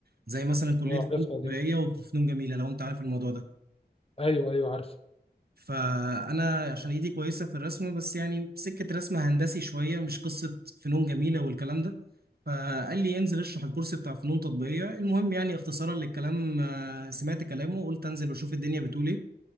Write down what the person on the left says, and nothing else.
اه
عارفها
دي
ايوه ايوه عارف